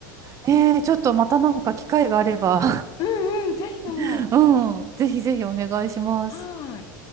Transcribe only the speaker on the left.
うんうん、ぜひとも。
はーい。